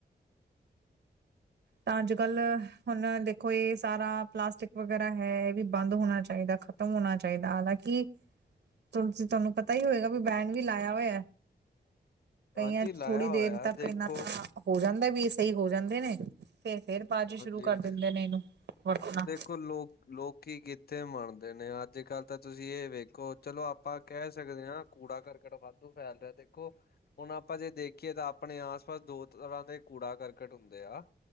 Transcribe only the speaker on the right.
ਤਾਂ ਅੱਜ ਕੱਲ ਹੁਣ ਦੇਖੋ ਇਹ ਸਾਰਾ ਪਲਾਸਟਿਕ ਵਗੈਰਾ ਹੈ ਇਹ ਵੀ ਬੰਦ ਹੋਣਾ ਚਾਹੀਦਾ ਖ ਖਤਮ ਹੋਣਾ ਚਾਹੀਦਾ ਹਾਲਾਂਕਿ ਤੁਸੀ ਤੁਹਾਨੂੰ ਪਤਾ ਹੀ ਹੋਏਗਾ ਵੀ ਬੈਂਨ ਵੀ ਲਾਇਆ ਹੋਇਆ ਹੈ ਕਈਆਂ
ਚ
ਥੋੜ੍ਹੀ ਦੇਰ
ਤੱਕ
ਇਨਾ ਤਾਂ ਹੋ ਜਾਂਦਾ ਵੀ ਇਹ ਸਹੀ ਹੋ ਜਾਂਦੇ ਨੇ ਫਿਰ ਬਾਅਦ ਸ਼ੁਰੂ
ਕਰ ਦਿੰਦੇ ਨੇ ਇਹਨੂੰ ਵਰਤਣਾ